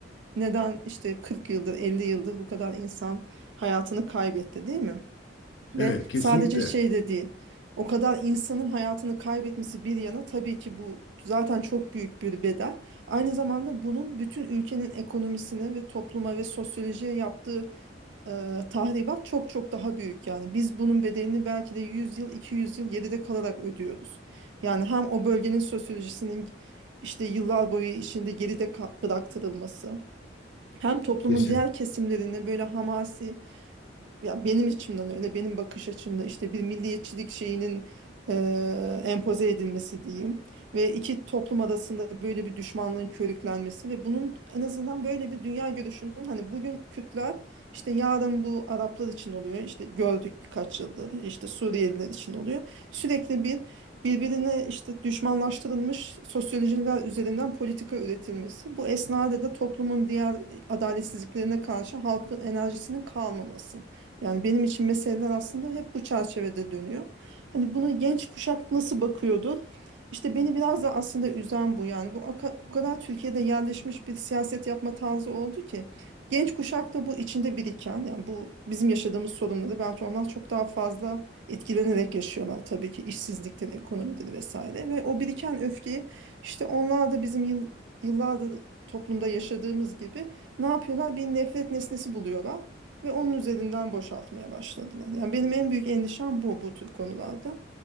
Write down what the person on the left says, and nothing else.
Evet, kesinlikle.
Kesin.